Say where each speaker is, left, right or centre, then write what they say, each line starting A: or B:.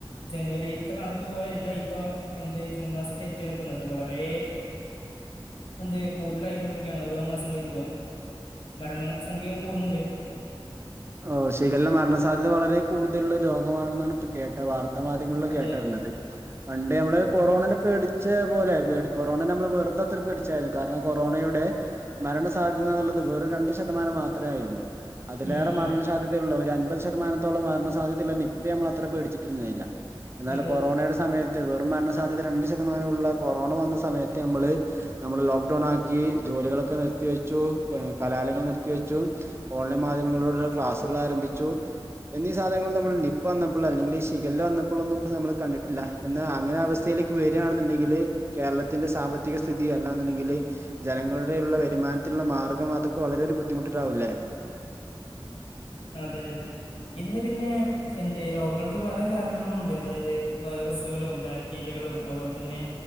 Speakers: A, on the left; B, on the right.
A: ജനുവരിത്തെ കണക്ക് പോലെയല്ല ഇപ്പൊ എന്ത് ജൂൺ മാസത്തെ എത്തി നിക്കുന്നത് വളരെ എന്ത് കൂടുതലായിക്കൊണ്ടിരിക്കുകയാണ് ഓരോ മാസം കഴിയന്തോറും മരണ സംഖ്യവും കൂടുന്നുണ്ട്
B: ഓഹ് ശീകല്ല മരണസാധ്യത വളരെ കൂടുതലുള്ള രോഗമാണെന്നാണ് ഇപ്പൊ കേട്ട വാർ മാധ്യമങ്ങള
A: അതെ
B: കേട്ടരിന്നത് പണ്ടേ നമ്മള് കൊറോണനെ പേടിച്ച പോലെ ടി കൊറോണേന നമ്മള് വെറുതെ അത്ര പേടിച്ചായിരുന്നു കാരണം കൊറോണയുടെ മരണ സാധ്യതന്നുള്ളത് വെറും രണ്ട് ശതമാനം മാത്രേ ആയിരുന്നു അതില്
A: ഉം ഉം
B: മരണ സാധ്യതയുള്ളോല് ഒരു അൻപത് ശതമാനത്തോളം സാധ്യതയുള്ള നിപ്പയെ നമ്മള് അത്രേ പേടിച്ചിട്ടിരുന്നില്ല എന്നാല്
A: അതെ
B: കൊറോണയുടെ സമയത്ത് വെ മരണ സാധ്യത രണ്ട് ശതമാനമുള്ള കൊറോണ വന്ന സമയത്ത് നമ്മള് നമ്മള് ലോക്ക്ഡൌൺ ആക്കി ജോലികളൊക്കെ നിർത്തിവെച്ചു കലാലയങ്ങൾ നിർത്തിവെച്ചു ഓൺലൈൻ മാധ്യമങ്ങളോട് ക്ലാസുകള് ആരംഭിച്ചു എന്നീ സാധനങ്ങൾ നമ്മള് നിപ്പ വന്നപ്പോള് അല്ലെങ്കി ഈ ശിഖല വന്നപ്പോളൊന്നും നമ്മള് കണ്ടിട്ടില്ല എന്ന്ന് അങ്ങനെ അവസ്ഥയിലേക് ക്ക് വരികയാണെന്നുണ്ടെങ്കില് കേരളത്തിന്റെ സാമ്പത്തിക സ് സ്ഥിതി അല്ലാ എന്നുണ്ടെങ്കില് ജനങ്ങളുടെ ഉള്ള വരുമാനത്തിലുള്ള മാർഗ്ഗം അതൊക്കെ വളരെ ഒരു ബുദ്ധിമുട്ടിലാവില്ലേ
A: അതെ അതെ ഇന്ന് പിന്നെ എന്ത് രോഗങ്ങൾക്ക് പല കാരണങ്ങളും ഉണ്ട് അതായത് വൈറസുകളും ബാക്ടീരിയകളും അതുപോലെ തന്നെ